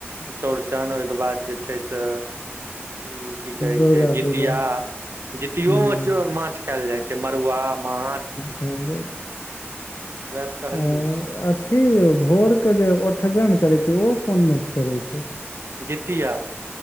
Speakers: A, on the right (about 65°); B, on the left (about 70°).
A: चौड़चन ओहिके बाद जे छै से ई की कहै
B: दुर्गा
A: छै जितिया
B: पूजा
A: जीतियो
B: हूँ
A: मे माछ खायएल जाइ छै मरुआ माछ
B: कएल जाइ छै
A: वएह तऽ कहलियौ
B: आ अथी भोरके जे ओठगन करै छै ओ कोन मे करै छै
A: जितिया